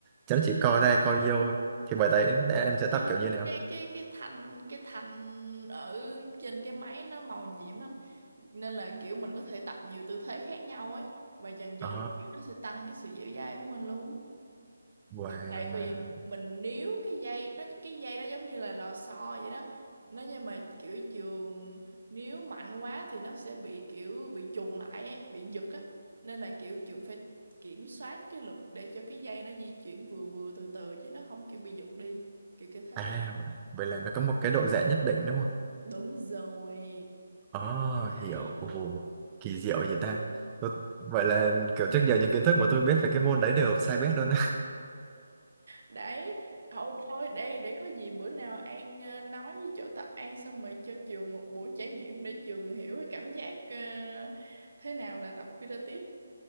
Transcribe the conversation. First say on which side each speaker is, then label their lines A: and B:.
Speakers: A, on the right (about 20°); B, on the right (about 65°).
A: Chứ nó chỉ co ra co vô. ấy. Thì bởi đấy em
B: nói
A: sẽ
B: chung
A: tập kiểu như nào?
B: cái cái cái thành cái thành ở trên cái máy nó màu nhiệm lắm nên là kiểu mình có thể tập nhiều tư thế khác nhau ấy và dần dần
A: Ồ,
B: kiểu nó sẽ tăng cái sự dẻo dai của mình luôn
A: wow.
B: tại vì mình níu cái dây nó cái dây đó giống như là lò xo vậy đó nó nhưng mà kiểu trường níu mạnh quá thì nó sẽ bị kiểu bị trùng lại ấy, bị giật á nên là kiểu trường phải kiểm soát cái lực để cho cái dây nó di chuyển vừa vừa từ từ chứ nó không kiểu bị giật đi kiểu cái thế
A: À, vậy là nó có một cái độ giãn nhất định đúng không?
B: Đúng rồi.
A: Ồ,
B: Đấy.
A: hiểu. Ồ, kỳ diệu vậy ta. Tôi- Vậy là kiểu trước giờ những kiến thức mà tôi biết về cái môn đấy đều sai bét luôn
B: Đấy. Thôi thôi đây để có gì bữa nào An ờ, nói với chỗ tập An xong rồi cho trường một buổi trải nghiệm để trường hiểu cái cảm giác ờ, thế nào là tập Pilates.